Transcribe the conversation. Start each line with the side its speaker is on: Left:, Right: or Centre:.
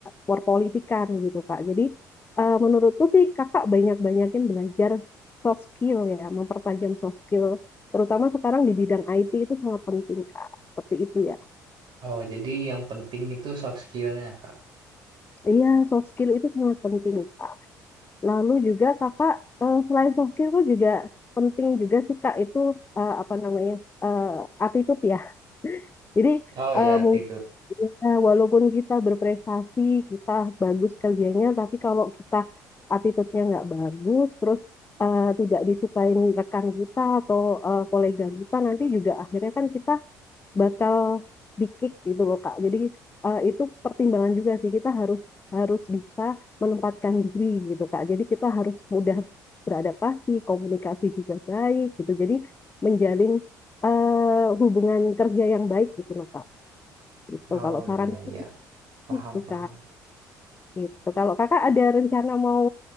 Left: perpolitikan gitu Kak. Jadi eh, menurutku sih Kakak banyak-banyakin belajar soft skill ya, mempertajam soft skill. Terutama sekarang di bidang IT itu sangat penting Kak. Seperti itu ya.
Right: Oh jadi yang penting itu soft skillnya Kak.
Left: Iya, soft skill itu sangat penting Kak. Lalu juga Kakak eh, selain soft skill itu juga penting juga sih Kak itu eh, apa namanya? eh, attitude ya. Jadi
Right: Oh iya
Left: eh,
Right: attitude.
Left: mungkin Ya, walaupun kita berprestasi, kita bagus kerjanya, tapi kalau kita attitude-nya nggak bagus, terus eh, tidak disukain rekan kita atau eh, kolega kita, nanti juga akhirnya kan kita bakal di-kick gitu loh, Kak. Jadi eh, itu pertimbangan juga sih, kita harus harus bisa menempatkan diri gitu, Kak. Jadi kita harus mudah beradaptasi, komunikasi juga baik gitu. Jadi menjalin eh, hubungan kerja yang baik gitu loh, Kak. Gitu,
Right: Oh
Left: kalau saran
Right: iya iya paham
Left: Gitu,
Right: paham.
Left: Kak. Gitu. Kalau kakak ada rencana mau